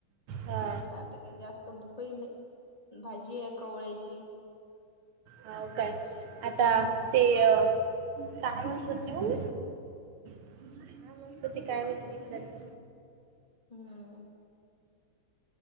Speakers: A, on the right (about 75°); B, on the left (about 20°).
A: हा
B: ना आता काही जास्त भूक ही नाही भाजी आहे कवळ्याची.
A: हो काय आता
B: हा
A: ते काय म्हणतो देवू. हा म्हणत होती काय माहित विसरली.
B: हम्म